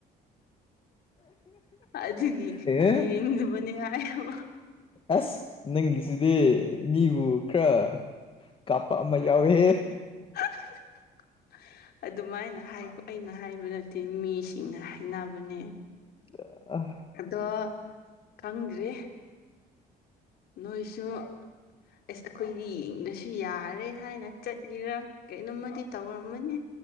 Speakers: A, on the left; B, on the left.
A: ꯑꯗꯨꯒꯤ
B: ꯑꯦ
A: ꯌꯦꯡꯅꯕꯅꯤ ꯍꯥꯏꯕ
B: ꯑꯁ ꯅꯪꯒꯤꯁꯤꯗꯤ꯫ ꯃꯤꯕꯨ ꯈꯔ ꯀꯥꯞꯄ ꯑꯃ ꯌꯥꯎꯋꯦ
A: <inaudible> ꯑꯗꯨꯃꯥꯏꯅ ꯍꯥꯏ ꯑꯩꯅ ꯍꯥꯏꯕ ꯅꯠꯇꯦ ꯃꯤꯁꯤꯡꯅ ꯍꯥꯏꯅꯕꯅꯦ꯫
B: ꯌꯥ ꯑ
A: ꯑꯗꯣ ꯈꯪꯗ꯭ꯔꯦ ꯅꯣꯏꯁꯨ ꯑꯁ ꯑꯩꯈꯣꯏꯗꯤ ꯌꯦꯡꯗ꯭ꯔꯁꯨ ꯌꯥꯔꯦ ꯍꯥꯏꯅ ꯆꯠꯂꯤꯔꯥ ꯀꯩꯅꯣꯝꯃꯗꯤ ꯇꯧꯔꯝꯃꯅꯤ